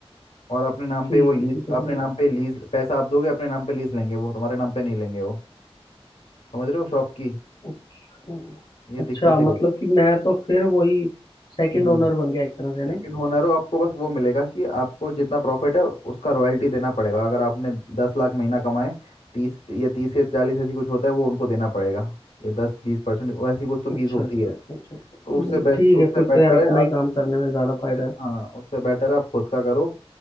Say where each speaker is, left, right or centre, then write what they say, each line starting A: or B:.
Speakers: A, on the left (about 85°); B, on the left (about 40°).
A: और अपने नाम
B: ठीक
A: पे वो लीज
B: है ठीक है
A: अपने
B: भाई
A: नाम पे लीज पैसा आप दोगे अपने नाम पे लीज लेंगे वो तुम्हारे नाम पे नहीं लेंगे वो समझ रहे हो शॉप की
B: अच्छा
A: ये
B: अच्छा
A: दिक्कतें
B: मतलब कि मैं तो फिर वही सेकंड
A: होती
B: ओनर बन गया एक तरह से
A: सेकंड
B: ना
A: ओनर हो आपको बस वो मिलेगा कि आपको जितना प्रॉफिट है उसका रॉयल्टी देना पड़ेगा अगर आपने दस लाख महीना कमाए तीस या तीस या चालीस ऐसी कुछ होता है वो उनको देना पड़ेगा ये दस बीस परसेंट वैसी कुछ तो फीस
B: अच्छा
A: होती
B: अच्छा
A: है
B: अच्छा अच्छा
A: तो उससे
B: नहीं,
A: बेस्ट
B: ठीक
A: उससे
B: है फिर
A: बेटर
B: तो यार
A: है
B: अपना
A: आप
B: ही काम करने में ज़्यादा फायदा
A: उससे
B: है
A: हाँ उससे बेटर है आप खुद का करो